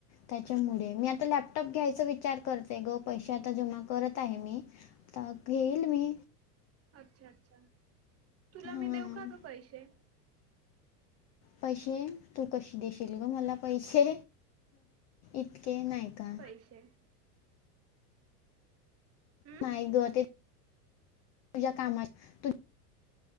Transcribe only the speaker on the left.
त्याच्यामुळे, मी आता लॅपटॉप घ्यायचा विचार करतेय ग पैसे आता जमा करत आहे मी. <unintelligible> घेईल मी.
हां
पैसे तू कशी देशील ग मला पैसे? इतके नाय का?
नाही ग ते <unintelligible> तुझ्या कामाचे